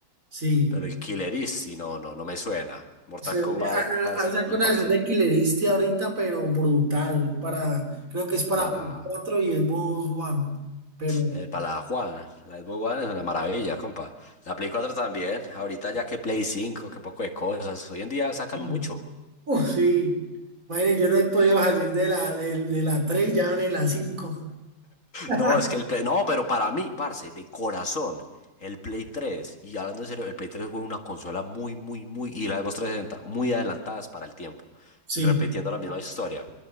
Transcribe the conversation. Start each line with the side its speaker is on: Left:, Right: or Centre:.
Right: sí.
Left: Pero el Killer Instinct, no, no, no me suena. Mortal
Right: Se,
Left: Kombat,
Right: a-
Left: parce,
Right: a- han sacado
Left: de mi infancia.
Right: una versión de Killer Instinct ahorita, pero brutal. Para, creo que es para
Left: Para,
Right: Play 4 y Xbox One. Pero,
Left: eh, para la Juana. La Xbox One es una maravilla, compa. La Play cuatro también. Ahorita ya que Play cinco que poco de cosas. Hoy en día sacan
Right: mm,
Left: mucho.
Right: uf, sí. Madre, yo no he podido salir de la, de, de la 3 ya van en la cinco <laughs>
Left: No, es que el Play, no, pero para mí, parce, de corazón, el Play 3, y hablando en serio, el Play 3 fue una consola muy, muy, muy, y la Xbox 360, muy adelantadas para el tiempo,
Right: Sí,
Left: y repitiendo la misma historia.